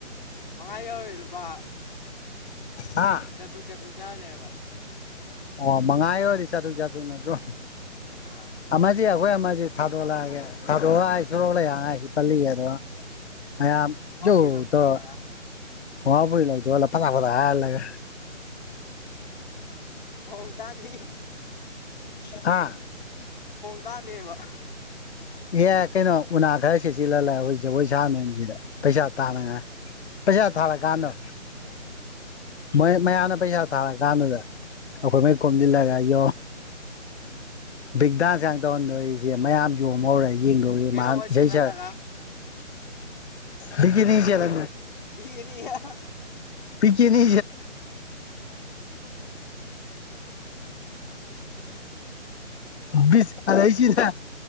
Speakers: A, on the left (about 40°); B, on the left (about 60°).
A: ꯃꯉꯥ ꯌꯧꯔꯛ ꯂꯨꯄꯥ
B: ꯍꯥ
A: ꯆꯥꯇ꯭ꯔꯨꯛ ꯆꯥꯠꯇ꯭ꯔꯨꯛ ꯆꯥꯂꯦꯕ
B: ꯑꯣ ꯃꯉꯥꯏꯣ ꯆꯥ ꯑꯗꯨ ꯆꯥꯗ ꯅꯠꯇ꯭ꯔꯣ
A: ꯑꯥ
B: ꯑꯖꯤ ꯌꯥꯈꯣꯏ ꯑ ꯊꯥꯗꯣ ꯂꯑꯒꯦ ꯊꯥꯗꯣ ꯍꯥꯏꯁꯂꯣ ꯂꯩꯉꯥꯏ ꯄꯜꯂꯤ ꯑꯗꯣ ꯃꯌꯥꯝ
A: ꯈꯣꯡꯒ꯭ꯔꯥꯎ
B: ꯆꯧ
A: ꯐꯨꯔꯤꯠ ꯂꯧꯊꯣꯛꯍꯜꯂꯒ
B: ꯇꯧꯔꯣ ꯍꯋꯥꯕꯨꯔꯤ ꯂꯧꯗꯣꯛꯂ ꯂꯜꯂꯒ
A: ꯍꯣꯡꯗꯥꯅꯤ
B: ꯑꯥ
A: ꯇꯅꯦꯕ
B: ꯑꯦ ꯀꯩꯅꯣ ꯎꯅ ꯑꯘ꯭ꯔꯁꯤꯦꯁꯤꯂꯂ ꯩꯁꯥꯅꯦꯁꯤꯗ ꯄꯩꯁꯥ ꯇꯥꯅꯉꯥꯏ ꯄꯖꯥ ꯊꯥꯂ ꯀꯥꯟꯅꯣ ꯃꯣꯏ ꯃꯅ ꯄꯩꯁꯥ ꯊꯥ ꯀꯥꯟꯗ ꯑꯩꯈꯣꯏ
A: ꯍꯣꯏ
B: ꯃ ꯀꯃꯗ ꯂꯒꯦꯣ ꯕꯤꯒꯗꯥ ꯀ ꯇꯗꯁꯤ ꯃꯌꯥꯝ ꯃꯧꯔꯥꯏ ꯌꯦꯡꯗꯧꯏ
A: ꯀꯩꯅꯣꯒ
B: ꯃꯥ ꯏꯁꯩ
A: ꯁꯦꯠꯍꯜꯂꯒ
B: ꯁꯛ ꯕꯤꯒꯅꯤ ꯆꯂ
A: ꯅ
B: ꯄꯤꯛꯅꯤ ꯅꯦ ꯕꯤꯁ ꯈꯁꯤꯅ